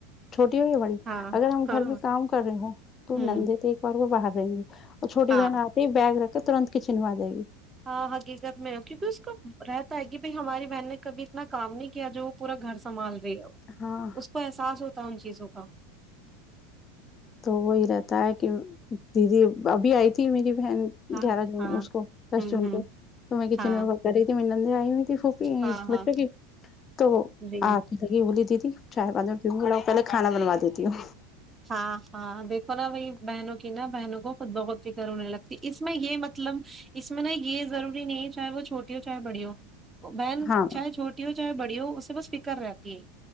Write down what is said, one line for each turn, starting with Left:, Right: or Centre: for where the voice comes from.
Left: چھوٹی ہو یا بڑی
Right: ہاں
Left: اگر ہم
Right: ہاں
Left: گھر میں کام کر رہے ہو تو
Right: ہوں
Left: نندے تو ایک بار وہ باہر جی اور چھوٹی
Right: ہاں
Left: بہن آتے ہی بیگ رکھ تو ترنت ک چنھا جائے گی
Right: ہاں حقی کر میں ہو کی ک اس کا ر <inaudible> <unintelligible> گی بائی ہماری بہن نے کبھی اتنا کام نہیں کیا جو وہ پورا گھر سنبال اس
Left: ہاں
Right: کو احساس ہوتا ہے ان چیزوں کا
Left: تو وہی رہتا ہے کہ دیدی ابھی آئی تھی میری بن
Right: ہاں
Left: گیارہ جون
Right: ہاں
Left: اس کو دس
Right: ہوں
Left: جون
Right: ہوں
Left: کو تو میں کچن
Right: ہاں
Left: میں ور کر رہی تھی م نے <inaudible> پھوپی
Right: ہاں ہاں
Left: بچوں کی تو
Right: جی
Left: آ کی لگی بولی د تی چائےے پ میں بھیڑا ہو پہل کھانا بنو دیتی ہوں
Right: ہاں ہاں دیکھو نا بائی بہنوں کی نہا بہنوں کو خود بہت فکر ہونے لگتی اس میں یہ مطلب اس اس میں ن یہ ضروری نہیں چاہے وہ چھوٹی ہو چاہے بڑی ہو بہن
Left: ہاں
Right: چاہے چھوٹی ہو چاہے بڑی اس سے بس فکر رہتی ہے